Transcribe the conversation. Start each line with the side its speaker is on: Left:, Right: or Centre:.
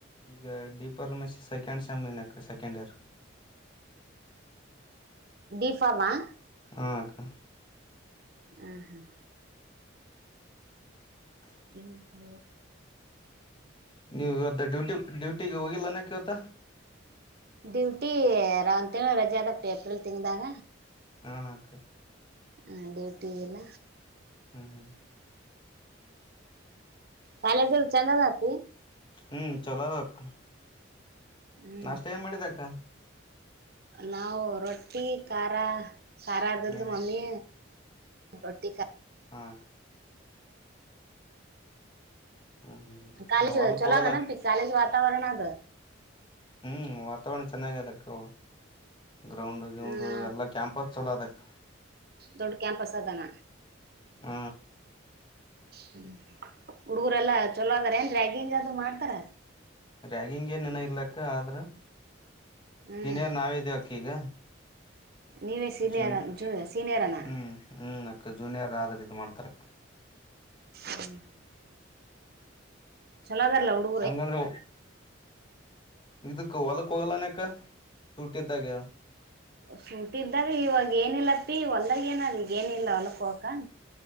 Left: ಈಗ ಡಿಪರ್ ಮೆಷ್ ಸೆಕೆಂಡ್ ಸೇಮ್ ಇನ್ಯಾಕ ಸೆಕೆಂಡ್ ಇಯರ್.
Right: ಡಿ ಫಾರ್ಮ್ ಆ.
Left: ಹಾಂ ಅಕ್ಕ.
Right: ಹಾಂ ಹಾಂ.
Left: <inaudible>
Right: ನಿಮ್ದು.
Left: ನೀವ್ ಇವತ್ತು ಡ್ಯೂಟಿ ಡ್ಯೂಟಿಗಗ್ ಹೋಗಿಲ್ಲೆನಕ್ಕ ಇವತ್ತ.
Right: ಡ್ಯೂಟಿ ರಾವ್ ತಿಂಗಳ್ ರಜೆ ಅದಪ್ಪಿ ಏಪ್ರಿಲ್ ತಿಂಗ್ದಾಗ.
Left: ಹಾಂ ಅಕ್ಕ.
Right: ಹಾಂ ಡ್ಯೂಟಿ ಇಲ್ಲ.
Left: ಹ್ಮ ಹ್ಮ.
Right: ಕಾಲೇಜ್ ಎಲ್ ಚಂದ್ ಅದ ಅಪ್ಪಿ.
Left: ಹ್ಮ್ ಚಲೋ ಅದ್ ಅಕ್ಕ.
Right: ಹ್ಮ್
Left: ನಾಷ್ಟ ಏನ್ ಮಾಡಿದೆ ಅಕ್ಕ.
Right: ನಾವು ರೊಟ್ಟಿ ಖಾರ ಖಾರ ಅರ್ದಿದ್ಲು
Left: ಹ್ಮ್
Right: ಮಮ್ಮಿ ರೊಟ್ಟಿ ಖ
Left: ಹಾಂ ಅಕ್ಕ. ಹ್ಮ್
Right: ಕಾಲೇಜ್
Left: ಹ್ಮ್ ಹೊಲ್ಕ್
Right: ಚಲೋಗಾನಪ್ಪಿ
Left: ಹೋಗಲ್ಲ
Right: ಕಾಲೇಜ್ ವಾತಾವರಣ ಅದ್.
Left: ಹ್ಮ್ ವಾತಾವರಣ ಚೆನ್ನಾಗ್ ಅದಕ್ಕೂ ಗ್ರೌಂಡು ಗ್ಯಾಂಡು
Right: ಹಾ
Left: ಎಲ್ಲಾ ಕ್ಯಾಂಪಸ್ ಚಲೋ ಅದಕ್ಕ.
Right: ದೊಡ್ಡ್ ಕ್ಯಾಂಪಸ್ ಅದನ.
Left: ಹ
Right: ಹ್ಮ್ ಹುಡುಗರೆಲ್ಲಾ ಚಲ್ಲೊ ಅದಾರ ಏನ್ ರಾಗ್ಗಿಂಗ್ ಅದ್ ಮಾಡ್ತಾರ.
Left: ರಾಗ್ಗಿಂಗ್ ಏನ್ ಇನ್ನ ಇಲ್ಲ ಅಕ್ಕ ಆದ್ರ
Right: ಹ್ಮ್
Left: ಸೀನಿಯರ್ ನಾವ್ ಇದೇವಕ್ಕ ಈಗ.
Right: ನೀವೇ ಸೀನಿಯರ್
Left: ಜೂನ್
Right: ಜೂ ಸೀನಿಯರನ
Left: ಹ್ಮ್ ಹ್ಮ್ ಅಕ್ಕ ಜೂನಿಯರ್ ಆದ್ರ ಇದ್ ಮಾಡ್ತಾರಕ್ಕ.
Right: ಹ್ಮ್. ಚಲೋ ಅದ್ರಲ್ಲ ಹುಡುಗ್
Left: ಹಂಗಂದ್ರ. ಇದಕ್ ಹೊಲಕ್ ಹೋಗಲನಕ್ಕ ಸೂಟ್ ಇದ್ದಾಗ.
Right: ಸೂಟ್ ಇದ್ದಾಗ್ ಇವಾಗ ಏನಿಲ್ಲಪ್ಪಿ ಹೊಲ್ದಾಗ ಏನ್ ನಂಗ್ ಏನ್ ಇಲ್ಲ ಹೊಲಕ್ ಹೋಗಕ.